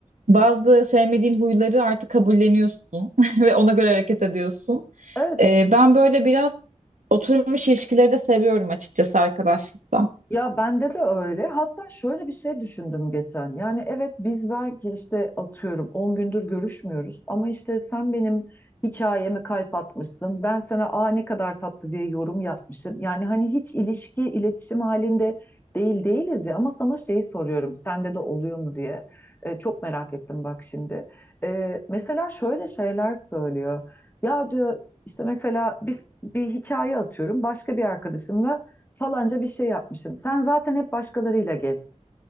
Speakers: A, on the right (about 80°); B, on the left (about 15°).
A: Bazı sevmediğin huyları artık kabulleniyorsun <laughs> ve ona göre hareket ediyorsun.
B: Öyle.
A: Ee, ben böyle biraz oturmuş ilişkileri de seviyorum açıkçası arkadaşlıkta.
B: Ya bende de öyle. Hatta şöyle bir şey düşündüm geçen. Yani evet biz belki işte atıyorum 10 gündür görüşmüyoruz ama işte sen benim hikayeme kalp atmışsın. Ben sana aa ne kadar tatlı diye yorum yapmışım. Yani hani hiç ilişki, iletişim halinde değil değiliz ya ama sana şeyi soruyorum. Sende de oluyor mu diye. E, çok merak ettim bak şimdi. E, mesela şöyle şeyler söylüyor. Ya diyor işte mesela biz bir hikaye atıyorum başka bir arkadaşımla falanca bir şey yapmışım. Sen zaten hep başkalarıyla gez.